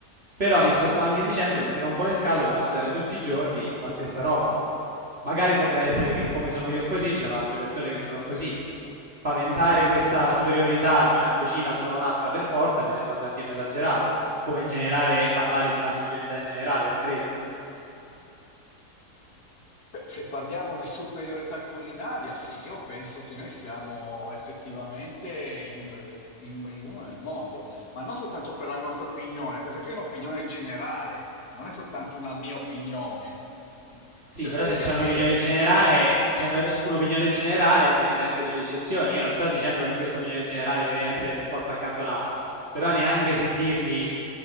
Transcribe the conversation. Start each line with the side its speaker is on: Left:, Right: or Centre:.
Right: Però vi sto, sto anche dicendo che mi rompo le scatole a mangiare tutti i giorni la stessa roba. Magari potrà essere che come sono io così, ci sono altre persone che sono così paventare questa superiorità di una cucina sopra un'altra per forza mi sembra un tantino esagerato, come in generale parlare di una superiorità in generale, non credi?
Left: Beh, se parliamo di superiorità culinaria, sì, io penso che noi siamo effettivamente i numeri, u- i numeri uno nel mondo, ma non soltanto per la nostra opinione, questa qui è un'opinione generale, non è soltanto una mia opinione.
Right: Sì,
Left: Cerca
Right: però se
Left: di capire,
Right: c'è un'opinione generale,
Left: eh?
Right: c'è una- un'opinione generale prevede anche delle eccezioni. Io non sto dicendo che questa opinione generale deve essere per forza accantonata, però neanche sentirmi